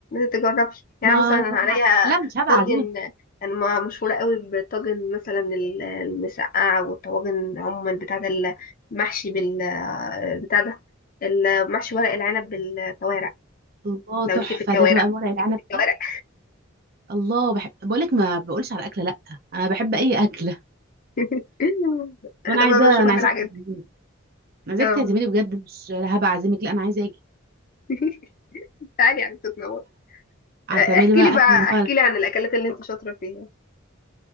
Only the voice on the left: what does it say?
تجربي يعني
مثلا انا
عليا
طاجن
انا ما- مشهوره قوي بالطاجن مثلا ال- المسقعه والطواجن عموما بتاعه المحشي بال بتاع ده المحشي ورق العنب بالكوارع
لو
ليكي في الكوارع
ليكي في الكوارع
<laughs>
انا
بقى مشهوره
بالحاجات
دي
اه
<laughs> تعالي يعني تتنور
آه، احكي
لي بقى
احكي
لي عن الاكلات اللي انت شاطره فيها